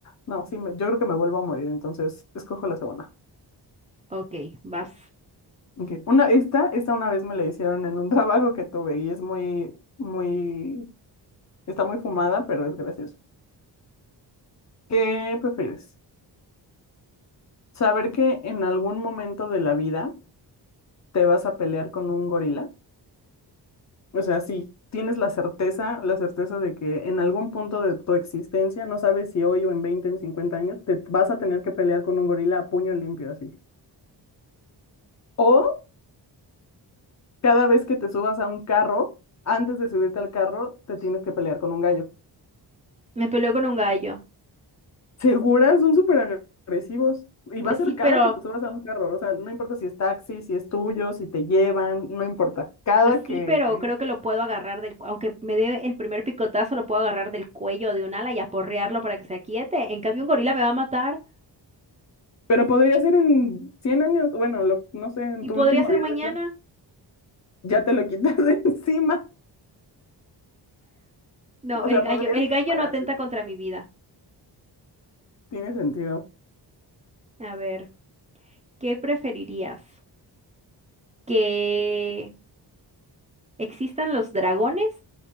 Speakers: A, on the left; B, on the right.
A: no, sí, me- yo creo que me vuelvo a morir, entonces escojo la segunda.
B: ok, vas.
A: Ok, Una, esta, esta una vez me la hicieron en un <laughs> trabajo que tuve y es muy, muy, está muy fumada, pero es gracioso. ¿Qué prefieres? ¿Saber que en algún momento de la vida te vas a pelear con un gorila? O sea, si tienes la certeza, la certeza de que en algún punto de tu existencia, no sabes si hoy o en 20, en 50 años, te vas a tener que pelear con un gorila a puño limpio así. O cada vez que te subas a un carro, antes de subirte al carro, te tienes que pelear con un gallo.
B: Me peleó con un gallo,
A: Seguras, son súper agresivos. Y
B: pues
A: va a ser
B: sí, pero...
A: cada que te subas a un carro. O sea, no importa si es taxi, si es tuyo, si te llevan, no importa. Cada
B: Pues
A: que...
B: sí, pero creo que lo puedo agarrar del, cu- aunque me dé el primer picotazo, lo puedo agarrar del cuello de un ala y aporrearlo para que se aquiete. En cambio, un gorila me va a matar
A: Pero podría ser en 100 años. Bueno, lo- no sé, en
B: y
A: tu
B: podría
A: último
B: ser
A: día
B: mañana.
A: de vida, ya te lo quitas de <laughs> encima.
B: No,
A: O
B: el
A: sea,
B: gallo,
A: podrías
B: el gallo
A: prepararte.
B: no atenta contra mi vida.
A: Tiene sentido.
B: A ver, ¿qué preferirías? ¿Que existan los dragones